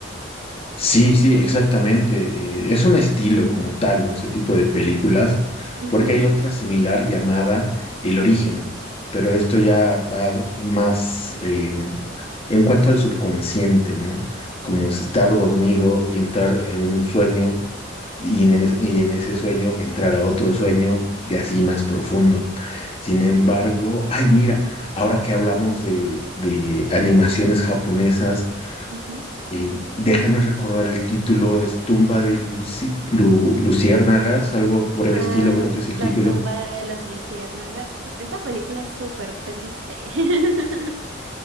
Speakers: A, on the left; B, on the right.
A: Sí, sí, exactamente. Eh, es un estilo como tal, ¿no? Ese tipo de películas,
B: Ujú,
A: porque hay otra similar llamada El Origen, pero esto ya va más eh, en cuanto al subconsciente, ¿no? Como es estar dormido y entrar en un sueño y en, es- y en ese sueño entrar a otro sueño y así más profundo. Sin embargo,
B: Sí.
A: ay, mira, ahora que hablamos de de animaciones japonesas,
B: ujú.
A: eh, déjame recordar el título, es Tumba de Luci- Lu- Luciérnagas, algo por el
B: Ah,
A: estilo, creo que es el
B: La
A: título.
B: tumba de las luciérnagas. Esa película es súper triste. <laughs>